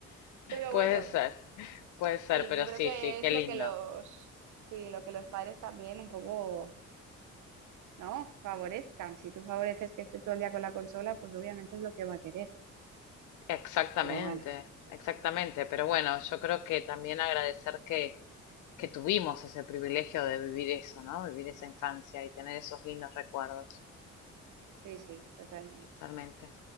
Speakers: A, on the right; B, on the left.
A: Pero
B: Puede
A: bueno,
B: ser, puede ser,
A: sí,
B: pero
A: yo
B: sí,
A: creo que
B: sí, qué
A: es
B: lindo.
A: lo que los, sí, lo que los padres también un poco, ¿no? Favorezcan. Si tú favoreces que esté todo el día con la consola, pues obviamente es lo que va a querer.
B: Exactamente,
A: Pero bueno,
B: exactamente. Pero bueno, yo creo que también agradecer que, que tuvimos ese privilegio de vivir eso, ¿no? Vivir esa infancia y tener esos lindos recuerdos,
A: sí, sí, totalmente.
B: totalmente.